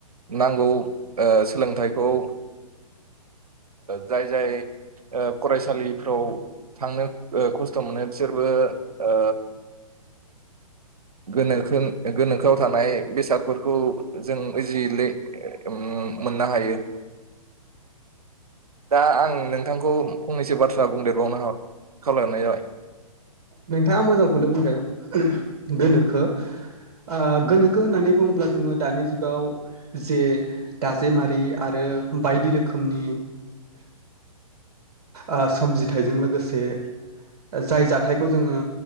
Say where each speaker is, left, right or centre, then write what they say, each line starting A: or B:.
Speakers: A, on the right (about 75°); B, on the right (about 45°).
A: नांगौ ओ सोलोंथाइखौ ओ जाय जाय ओ फरायसालिफ्राव थांनो ओ खस्थ' मोनो बिसोरबो ओ, गोनोखो गोनोखोआव थानाय बेसादफोरखौ जों इजिलि उम मोननो हायो, दा आं नोंथांखौ फंनैसो बाथ्रा बुंनो बुंदेरबावनो खावलायनाय जाबाय,
B: नोंथाङा मोजांखौनो बुंदों गोनोखो आ गोनोखो होननानै बुङोब्ला जोङो दानि जुगाव जे दाजेमारि आरो बायदि रोखोमनि ओ सोमजिथायजों लोगोसे जाय जाथायखौ जोङो